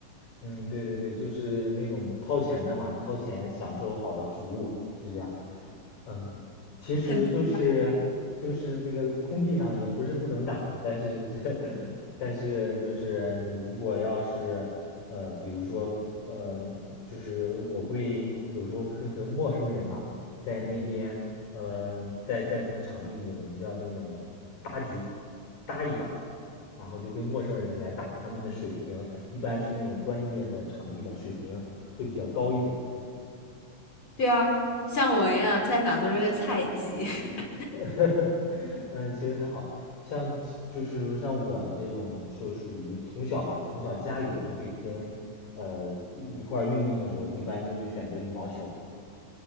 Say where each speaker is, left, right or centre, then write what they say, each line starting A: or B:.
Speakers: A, on the left; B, on the left.
A: 嗯，对对对，就是那种掏钱的嘛，掏钱享受好的服务，是这样。嗯，其实就是就是那个空地上也不是不能打，
B: 肯定。
A: 但是这 <laughs> 但是就是你如果要是呃，比如说呃，就是我会有时候会和陌生人嘛，在那边呃，在在那个场地里，我们叫那种搭局搭一把，然后就跟陌生人来打，他们的水平一般去那种专业的场地的水平会比较高一点。
B: 对啊，像我一样，在哪都是个菜鸡。<laughs>
A: <laughs> 嗯，其实还好，像就是像我这种，就属于从小嘛，从小家里人会跟，呃，一块儿运动的时候，一般就会选择羽毛球，